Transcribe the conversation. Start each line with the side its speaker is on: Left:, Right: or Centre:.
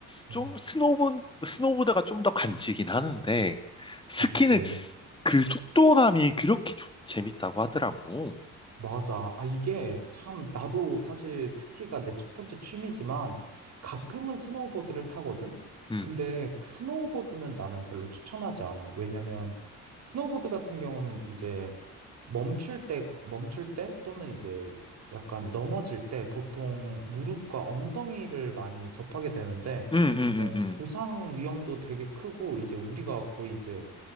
Right: 어.
Left: 좀, 스노우보, 스노우보드가 좀 더 간지긴 하는데, 스키는
Right: 맞지.
Left: 그 속도감이 그렇게 좋- 재밌다고 하더라고.
Right: 맞아. 아, 이게 참, 나도 사실 스키가 내 첫 번째 취미지만 가끔은 스노우보드를 타거든?
Left: 음,
Right: 근데 스노우보드는 나는 별로 추천하지 않아. 왜냐면 스노우보드 같은 경우는 이제 멈출 때, 멈출 때 또는 이제 약간 넘어질 때 보통 무릎과 엉덩이를 많이 접하게 되는데,
Left: 음, 음,
Right: 어,
Left: 음,
Right: 부상 위험도 되게 크고 이제 우리가 거의 이제